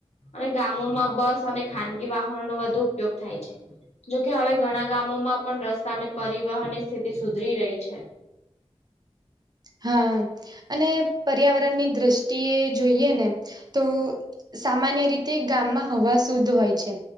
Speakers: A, on the left; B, on the right.
A: અને ગામોમાં બસ અને ખાનગી વાહનો નો વધુ ઉપયોગ થાય છે. જોકે હવે ઘણા ગામોમાં પણ રસ્તા ને પરિવહનની સ્થિતિ સુધરી રહી છે.
B: હા અને પર્યાવરણની દ્રષ્ટિએ જોઈએને તો સામાન્ય રીત તે ગામમાં હવા શુદ્ધ હોય છે